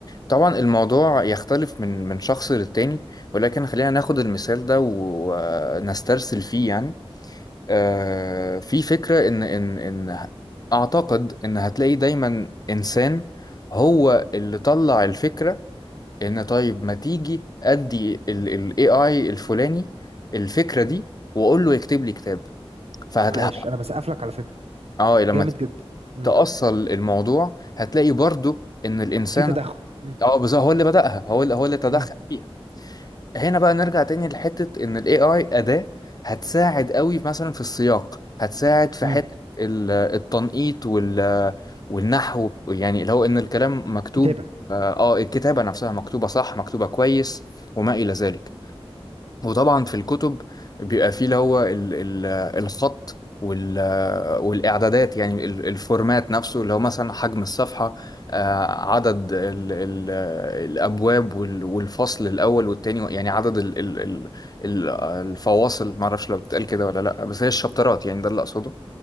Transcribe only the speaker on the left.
طبعا الموضوع يختلف من من شخص للتاني ولكن خلينا ناخد المثال ده ونسترسل فيه يعني آه، في فكرة إن إن إن أعتقد إن هتلاقي دايما إنسان هو اللي طلع الفكرة إن طيب ما تيجي أدي ال ال AI الفلاني الفكرة دي وأقول له يكتب لي كتاب فهتلاقي
اه لما
تأصل الموضوع هتلاقي برضو إن الإنسان
اه بالظبط هو اللي بدأها هو اللي هو اللي تدخل
فيها هنا بقى نرجع تاني لحتة إن ال AI أداة هتساعد قوي مثلا في السياق هتساعد في
حتة ال- التنقيط وال والنحو يعني اللي هو إن الكلام مكتوب
آه آه، الكتابة نفسها مكتوبة صح مكتوبة كويس وما إلى ذلك وطبعا في الكتب بيبقى فيه اللي هو ال ال الخط وال والإعدادات يعني ال- الفورمات نفسه اللي هو مثلا حجم الصفحة آه، عدد ال ال الأبواب وال- والفصل الأول والتاني يعني عدد ال ال ال ال- الفواصل معرفش لو بتتقال كده ولا لأ بس هي الشابترات يعني ده اللي أقصده